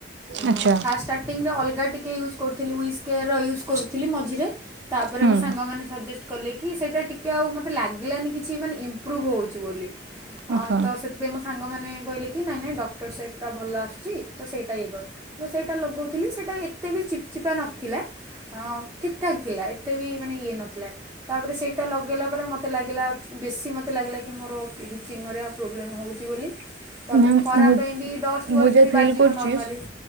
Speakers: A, on the right (about 15°); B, on the right (about 70°).
A: ଅଁ
B: ଆଚ୍ଛା
A: ଫାଷ୍ଟ ଟିଙ୍ଗରେ ଅଲଗା ଟିକେ ଇୟୁଜ କରୁଥିଲି ଉଇସ କେୟାର ଇୟୁଜ କରୁଥିଲି ମଝିରେ ତାପରେ
B: ହୁଁ
A: ମାନେ ସଜେଷ୍ଟ କଲେ କି ସେଟା ଟିକେ ଆଉ ମତେ ଲାଗିଲାନି କିଛି ମାନେ ଇମପ୍ରୁଭ ହଉଛି ବୋଲି। ଅ
B: ଆଚ୍ଛା
A: ତ ସେଥିପାଇଁ ମୋ ସାଙ୍ଗମାନେ କହିଲେ କି ନାଇଁ ନାଇଁ ଡକ୍ଟର ସେଟ ଟା ଭଲ ଆସିୁଛି ତ ସେଇଟା ଇଏ କର। ମୁଁ ସେଇଟା ଲଗଉଥିଲି ସେଇଟା ଏତେ ବି ଚିପ ଚିପା ନଥିଲା ଅଁ ଠିକ୍ ଠାକ୍ ଥିଲା ଏତେ ବି ମାନେ ଇଏ ନଥିଲା ତାପରେ ସେଇଟା ଲଗେଇଲା ପରେ ମ ମୋତେ ଲାଗିଲା ବେଶୀ ମୋତେ ଲାଗିଲା କି ମୋର କି ଚିହ୍ନରେ ଆ ପ୍ରୋବ୍ଲେମ୍ ହେଉଛି ବୋଲି। ତାପରେ
B: ମ୍ୟାମ୍
A: ଖରା
B: ମୁଁ
A: ପାଇଁ ବି ଡଷ୍ଟ
B: ମୁଁ
A: ୱଷ୍ଟ
B: ଯାହା
A: ବି
B: ଫିଲ୍
A: ବାଜିବ
B: କରୁଛି
A: ନର୍ମାଲି।